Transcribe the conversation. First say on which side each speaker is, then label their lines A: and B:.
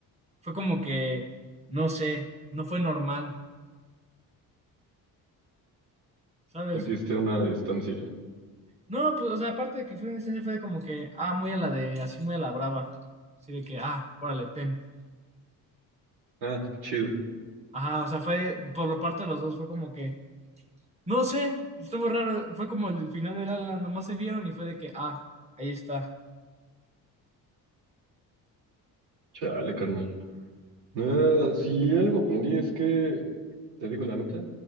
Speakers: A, on the right (about 15°); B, on the right (about 85°).
A: Fue como que, no sé, no fue normal, ¿sabes?
B: Sentiste una distancia.
A: No, pues, o sea, aparte de que fue una instancia, fue de como que, ah, muy a la de, así muy a la brava. Así de que, ah, órale, ten.
B: Ah, chido.
A: Ajá, o sea, fue, por la parte de los dos, fue como que, no sé, estuvo raro. Fue como el final del ala, nomás se vieron y fue de que, ah, ahí está,
B: Chale, carnal. Ah, si algo aprendí es que, te digo la neta,